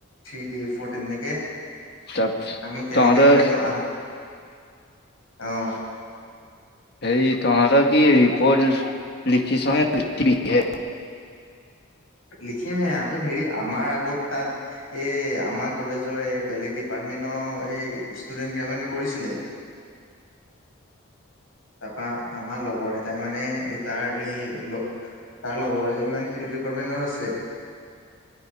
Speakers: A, on the left (about 80°); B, on the left (about 50°).
A: থ্ৰী ডে ফৌৰ তেনেকে
B: তাৰপিছত
A: আমি তেনেকে
B: তহঁতৰ
A: মানে আহ অ'।
B: হেৰি তহঁতৰ কি ৰিপ'ৰ্ট লিখিছহে <unintelligible>
A: লিখিমহে, আমি হেৰি আমাৰ আগত তাত এ, আমাৰ কলেজৰে বেলেগ ডিপাৰ্টমেন্টৰ এ, ষ্টুডেন্ট কেইটামানে কৰিছিলে।
B: আ
A: তাৰপা আমাৰ লগৰ এটাই মানে এই তাৰ এই লগ তাৰ লগৰ এজনী মানে সেইটো ডিপাৰ্টমেন্টৰ আছে।